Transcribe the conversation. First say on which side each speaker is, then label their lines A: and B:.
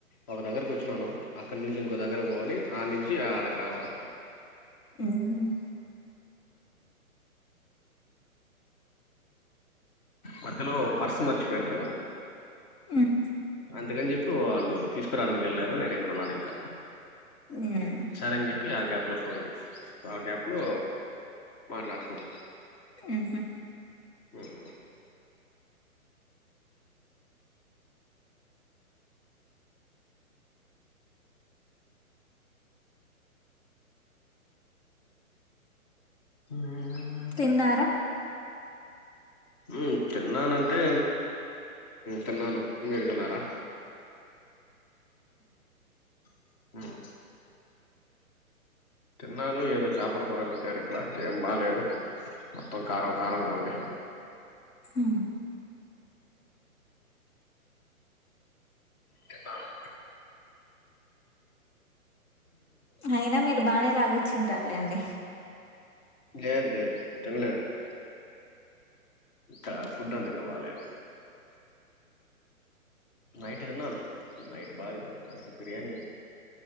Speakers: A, on the left; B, on the left.
A: ఒక దగ్గరకు ఒచ్చినాను అక్కడి నుంచి ఇంకో దగ్గరకు పోవాలి ఆడ నుంచి ఆడకి రావాల
B: ఉమ్
A: మధ్యలో పర్స్ మర్చిపోయాను
B: మ్మ్
A: అందుకని చెప్పి వాళ్ళు తీసుకురాడానికి వెళ్ళినారు నేను ఇక్కడున్నాను ఇంకా
B: మ్మ్
A: సరే అని చెప్పి ఆ గ్యాప్ లో ఫోన్ చేస్ ఆ గ్యాప్ లో మాట్లాడుతున్నా
B: మ్మ్ మ్మ్
A: మ్ మ్
B: తిన్నార
A: ఉమ్ తిన్నానంటే తిన్నాను మీరు తిన్నారా మ్ తిన్నాను ఏదో చాపల కూర పెట్టారు ఇక్కడ ఏం బాలేదు మొత్తం కారం కారంగా ఉంది
B: హ్మ్
A: తిన్నాను
B: అయినా మీరు బానే లాగిచ్చింటారులేండి
A: లేదు లేదు తినలేదు నేను ఇక్కడ ఫుడ్ అంతగా బాలేదు నైట్ తిన్నాను నైట్ బా తిన్నాను నైట్ బిర్యానీ